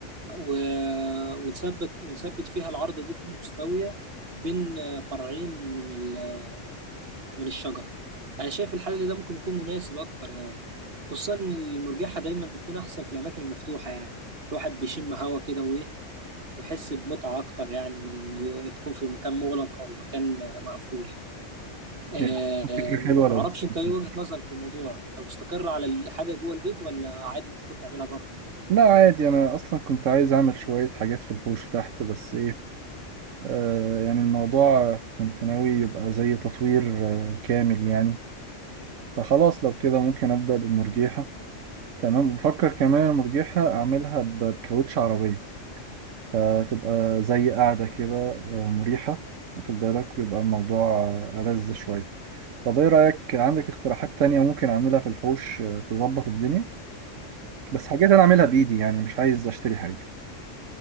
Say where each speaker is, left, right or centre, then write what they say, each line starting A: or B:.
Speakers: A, on the right; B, on the right.
A: و- ونثبت ونثبت فيها العرضة دي تكون مستوية بين آه، فرعين من ال- آه، من الشجرة انا شايف الحل ده ممكن يكون مناسب اكتر يعني خصوصا إن المرجحة دايما بتكون احسن في الاماكن المفتوحة يعني الواحد بيشم هوا كده وايه واحس بمتعه اكتر يعني من انه تكون في مكان مغلق او مكان مقفول يعني آه،
B: هي فكرة حلوة
A: معرفش
B: لو
A: انت
B: <laughs>
A: ايه وجهه نظرك في الموضوع انت مستقر على الحاجه جوه البيت ولا عادي ممكن تعملها بره
B: لا عادي أنا أصلا كنت عايز أعمل شوية حاجات في الحوش تحت بس إيه آه يعني الموضوع كنت ناوي يبقى زي تطوير آه كامل يعني فخلاص لو كده ممكن أبدأ بالمرجيحة تمام بفكر كمان المرجيحة أعملها ب- بكاوتش عربية فتبقى زي قاعدة كده آه، مريحة واخد بالك ويبقى الموضوع آه، ألذ شوية طب إيه رأيك عندك اقتراحات تانية ممكن أعملها في الحوش آه، تظبط الدنيا بس حاجات أنا أعملها بإيدي يعني مش عايز أشتري حاجة